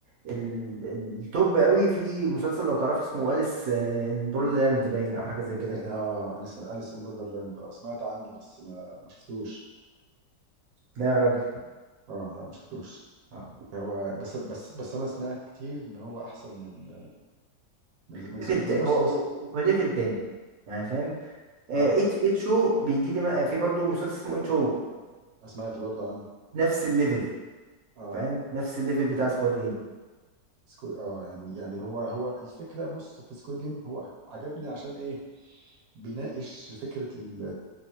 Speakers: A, on the right; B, on the right.
A: ال- ال- التوب قوي في مسلسل لو تعرف اسمه أليس ان بورلاند باين او حاجه زي
B: أن-
A: كده
B: أن-
A: يعني
B: اه أليس أليس ان بوردرلاند اه سمعت عنه بس ما ما شفتوش
A: لا يا راجل
B: اه لا ما شفتوش
A: اه
B: هو بس بس بس انا سمعت كتير ان هو احسن من من, من
A: ليفل
B: سكويد
A: تا-
B: جيم بص
A: هو هو
B: هو س-
A: هو ليفل تاني يعني فاهم اتش
B: اه
A: اتش او بيجي لي في برضه مسلسل اسمه اتش او
B: سمعت برضو عنه
A: نفس الليفل
B: اه
A: فاهم نفس الليفل بتاع
B: آه.
A: سكواد جيم
B: سكويد اه يعني يعني هو هو الفكره بص في سكويد جيم هو عجبني عشان ايه بيناقش فكره ال